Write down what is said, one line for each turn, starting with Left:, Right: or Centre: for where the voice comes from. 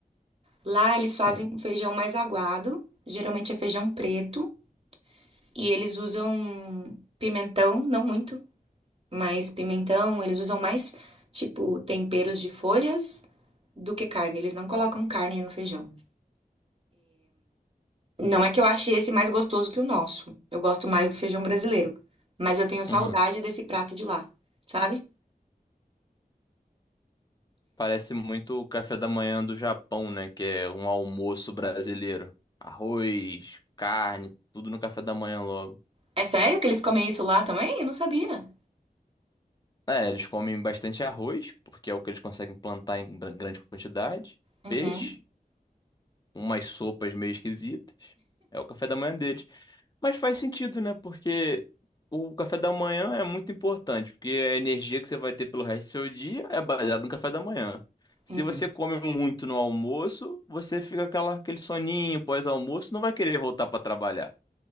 Right: Lá, eles
Left: Sim.
Right: fazem um feijão mais aguado, geralmente é feijão preto, e eles usam pimentão, não muito. Mas pimentão, eles usam mais, tipo, temperos de folhas do que carne. Eles não colocam carne no feijão. Não é que eu ache esse mais gostoso que o nosso. Eu gosto mais do feijão brasileiro. Mas eu tenho saudade
Left: Uhum.
Right: desse prato de lá, sabe?
Left: Parece muito o café da manhã do Japão, né? Que é um almoço brasileiro. Arroz, carne, tudo no café da manhã logo.
Right: É sério que eles comem isso lá também? Eu não sabia.
Left: É, eles comem bastante arroz, porque é o que eles conseguem plantar em gran- grande quantidade.
Right: Uhum.
Left: Peixe. umas sopas meio esquisitas. É o café da manhã deles. Mas faz sentido, né? Porque o café da manhã é muito importante, porque a energia que você vai ter pelo resto do seu dia é baseada no café da manhã. Se
Right: Uhum.
Left: você come muito no almoço, você fica aquela, aquele soninho pós-almoço, não vai querer voltar para trabalhar.